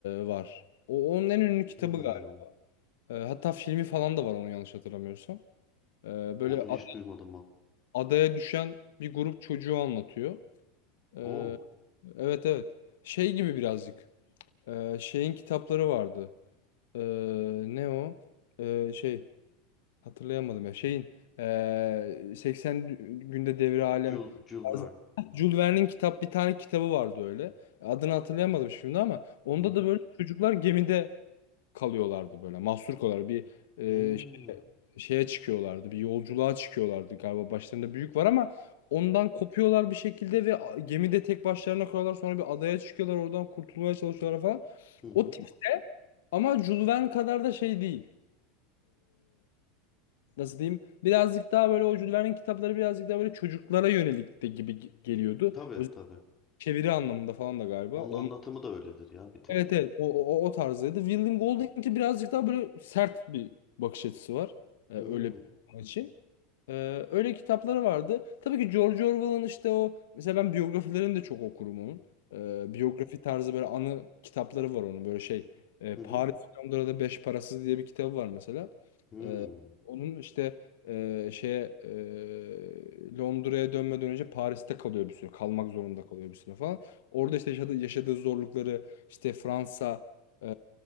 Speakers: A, on the left; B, on the left.
A: var. O onun en ünlü kitabı
B: Hmm.
A: galiba. E, hatta filmi falan da var onu yanlış hatırlamıyorsam. E,
B: Onu
A: böyle
B: hiç
A: ad-
B: duymadım bak.
A: adaya düşen bir grup çocuğu anlatıyor. E,
B: Oo.
A: evet evet. Şey gibi birazcık. E, şeyin kitapları vardı. E, ne o? E, şey. Hatırlayamadım ya. Şeyin eee, 80 günde devri alem
B: Jules, Jules
A: tarzı-
B: Verne.
A: Jules Verne'in kitap bir tane kitabı vardı öyle. Adını hatırlayamadım şimdi ama onda
B: Hı hı.
A: da böyle çocuklar gemide kalıyorlardı böyle. Mahsur kalıyorlar. Bir eee,
B: Hmm.
A: ş- şeye çıkıyorlardı. Bir yolculuğa çıkıyorlardı galiba. Başlarında büyük var ama ondan kopuyorlar bir şekilde ve a- gemide tek başlarına kalıyorlar. Sonra bir adaya çıkıyorlar. Oradan kurtulmaya çalışıyorlar falan.
B: Hı hı.
A: O tip ama Jules Verne kadar da şey değil nasıl diyeyim birazcık daha böyle o Jules kitapları birazcık daha böyle çocuklara yönelik de gibi ge- geliyordu.
B: Tabii
A: Özellikle
B: tabii.
A: çeviri anlamında falan da galiba.
B: Onun
A: Onun,
B: anlatımı da öyledir ya bir tık.
A: evet evet o, o, o o tarzdaydı. William Golding'inki birazcık daha böyle sert bir bakış açısı var. Ee,
B: Hmm.
A: öyle bir adam için. Ee, öyle kitapları vardı. Tabii ki George Orwell'ın işte o mesela ben biyografilerini de çok okurum onun. Ee, biyografi tarzı böyle anı kitapları var onun böyle şey. e,
B: Hı
A: Paris
B: hı.
A: Londra'da Beş Parasız diye bir kitabı var mesela.
B: Hmm.
A: Ee, onun işte e, şeye e, Londra'ya dönmeden önce Paris'te kalıyor bir süre. Kalmak zorunda kalıyor bir süre falan. Orada işte yaşadığı, yaşadığı zorlukları işte Fransa e,